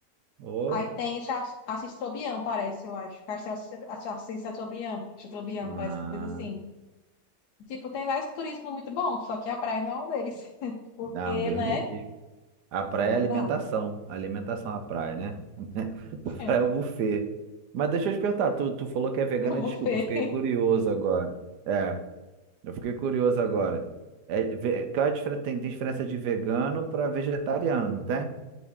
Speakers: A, on the right (about 90°); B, on the left (about 85°).
A: Ô.
B: Aí tem Cha- Assis Trobian, parece, eu acho. Castelo Assis Assis Trobian, Assis Trobian,
A: Ah,
B: parece que coisa assim. Tipo, tem vários turismo muito bom, só que a praia não é um deles. <laughs> Porque,
A: não, Deus
B: né?
A: me livre. A praia
B: Não
A: é alimentação.
B: dá.
A: Alimentação é a praia, né? <laughs>
B: <laughs>
A: A praia é o buffet. Mas deixa eu te perguntar, tu, tu falou que é vegana,
B: Buffet.
A: desculpa, eu fiquei curioso agora. É, eu fiquei curioso agora. É, ve- qual é a diferença? Tem, tem diferença de vegano para vegetariano, não tem?